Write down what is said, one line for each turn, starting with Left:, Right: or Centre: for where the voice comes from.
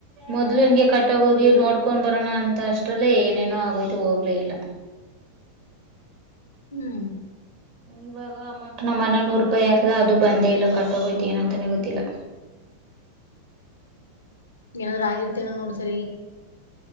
Right: ಮೊದ್ಲು ಹಿಂಗೆ ಕಟ್ಟಾಗ ಹೋಗಿ ನೋಡ್ಕೊಂಡ್ ಬರೋಣ ಅಂತ ಅಷ್ಟ್ರಲ್ಲೇ ಏನೇನೋ ಆಗೋಯ್ತು ಹೋಗ್ಲೇ ಇಲ್ಲ
Left: ಹ್ಮ್
Right: ಇವಾಗ ಅಮೌಂಟ್ ನಮ್ಮನ ನೂರು ರೂಪಾಯಿ ಯಾಕದ ಅದು ಬಂದೇ ಇಲ್ಲ ಕಟ್ಟಗೋಯ್ತಿು ಏನಂತಾನೆ ಗೊತ್ತಿಲ್ಲ
Left: ಏನಾದ್ೂ ಆಗಿರ್ತೇನೋ ನೋಡ್ ಸರಿ